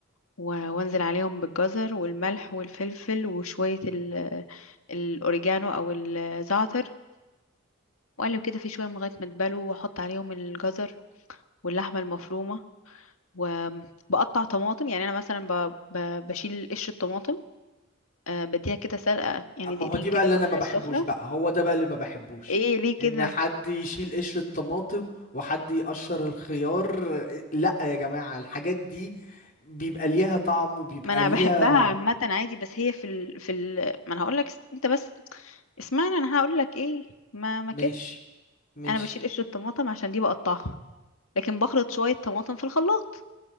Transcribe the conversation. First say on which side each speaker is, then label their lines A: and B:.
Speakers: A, on the left; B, on the left.
A: و- وانزل عليهم بالجزر والملح والفلفل وشويه ال- الاوريجانو او الزعتر واقلب كده في شويه من لغايه ما تبلوا واحط عليهم الجزر واللحمه المفرومه وبقطع طماطم يعني انا مثلا ب... ب... بشيل قشر الطماطم أه بديها كده سلقه يعني
B: ما
A: دقيقتين
B: هو دي
A: كده
B: بقى اللي
A: في
B: انا
A: الميه
B: ما بحبوش
A: السخنه
B: بقى هو ده بقى اللي ما بحبوش
A: ايه ليه كده
B: ان حد يشيل قشر الطماطم وحد يقشر الخيار لا يا جماعه الحاجات دي بيبقى ليها طعم وبيبقى
A: ما انا
B: ليها
A: بحبها عامه عادي بس هي في ال... في ال... ما انا هقول لك انت بس اسمعني انا هقول لك ايه ما ما
B: ماشي
A: كده
B: ماشي
A: انا بشيل قشر الطماطم عشان دي بقطعها لكن بخلط شويه طماطم في الخلاط